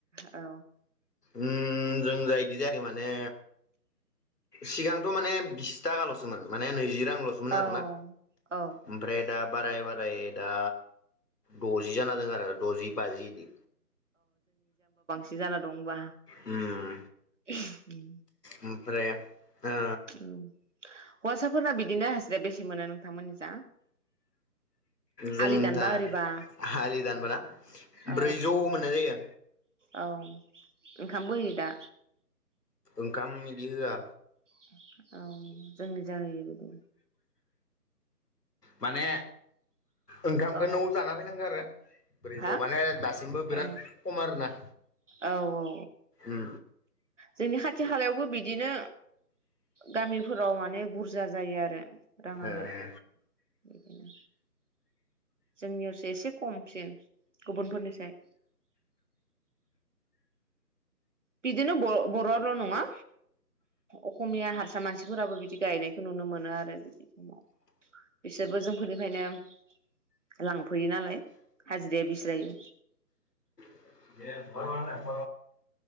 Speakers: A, on the right (about 50°); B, on the left (about 75°).
A: औ
B: ओम जों जा इदि जायाखै माने सिगांथ' माने बिसथागाल' सोमोन माने नैजि रां लसोमोन
A: औ
B: आरोना
A: औ
B: ओमफ्राय दा बाराय बाराय दा द'जि जानादों आरो द'जि बाजि इदि
A: जि जाना दं होमबा
B: उम
A: उम
B: ओमफ्राय ओ
A: उम हौवासाफोरा बिदिनो हाजिरा बेसे मोनो नोंथांमोननि जा?
B: जों
A: आलि दानबा
B: दा
A: ओरैबा
B: आलि दानबाना
A: औ
B: ब्रैजौ मोनो जायो।
A: औ ओंखामबो होयो दा?
B: ओंखाम इदि होवा
A: <inaudible> औ जोंनि जा होयो बिदि
B: माने ओंखामखौ
A: औ
B: न'आव जाना फैनांगौ आरो ब्रैजौ
A: हा
B: माने दासिमबो बिराद
A: औ
B: खम आरोना
A: औ औ
B: उम
A: जोंनि खा थि खालायावबो बिदिनो गामिफोराव माने बुरजा जायो आरो राङाहाय
B: ओ ओ
A: बिदिनो जोंनियावसो एसे खमसिन गुबुनफोरनिसाय बिदिनो बर' बर' आल' नङा अखमिया हारसा मानसिफोराबो बिदि गायनायखौ नुनो मोनो आरो बिदि समाव बिसोरबो जों बेनिफ्रायनो लांफैयो नालाय हाजिराया बिस्रायो
B: <inaudible> ओमफ्राय